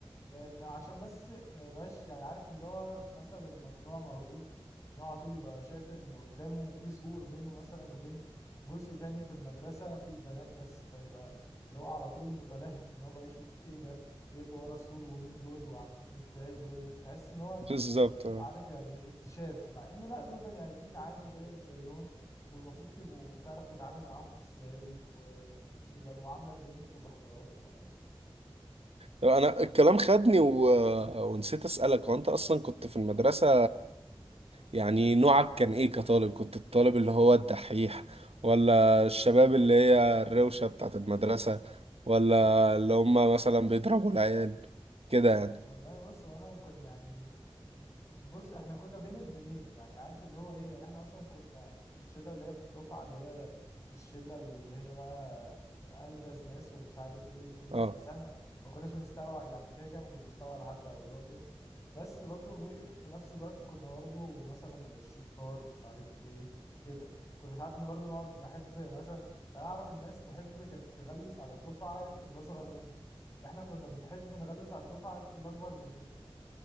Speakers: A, on the left; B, on the right.
A: لان عشان بس ما يبقاش يعني عارف اللي هو مثلا الممنوع مرغوب ان هو على طول يبقى شايف ان قدامه في سور بينه مثلا وبين جزء تاني في المدرسة فيه البنات بس فيبقى اللي هو على طول متلهف ان هو بقى يشوف ايه ده ايه اللي ورا السور ومين دول وعاملين ازاي و و- تحس ان هو
B: <laughs> بالظبط آه.
A: عارف يعني اكتشاف مع ان لا دول بني ادمين عادي زيك زيهم والمفروض تبقوا تعرف تتعامل معاهم ازاي و- ويبقى المعامله بليمت وباحترام وخلاص
B: طب انا الكلام خدني و... ونسيت اسالك وانت اصلا كنت في المدرسه يعني نوعك كان ايه كطالب كنت الطالب اللي هو الدحيح ولا الشباب اللي هي الروشه بتاعت المدرسه ولا اللي هم مثلا بيضربوا العيال كده يعني
A: والله بص وانا كان يعني بص احنا كنا بين البنين يعني عارف اللي هو ايه يعني احنا مثلا كنا في الشله اللي هي في الدفعه اللي هي الشله اللي هي بقى ألزز ناس ومش عارف ايه وكده
B: اه
A: بس انا ما كناش بنستوعب يعني كده كده ما كنتش بستوعب على حد او اللي هو كده بس برضو ب- في نفس الوقت كنا برضو مثلا الشطار مش عارف ايه كده كنا ساعات برضو نقعد نحب مثلا يعني اعرف الناس تحب كانت تغلس على الدفعه الاصغر منها احنا كنا بنحب نغلس على الدفعه الاكبر مننا